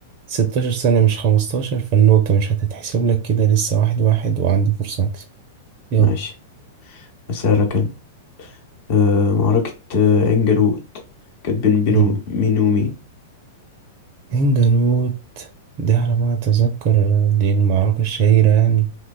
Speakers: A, on the right (about 45°); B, on the left (about 50°).
A: 16 سنة مش 15 فالنقطة مش هتتحسب لك كده لسه واحد واحد وعندي فرصة أكسب يلا
B: ماشي أسألك أنا أه معركة آه، عين جالوت كانت بين بينه
A: مم.
B: مين ومين
A: هنجروت دي على ما أتذكر دي المعركة الشهيرة يعني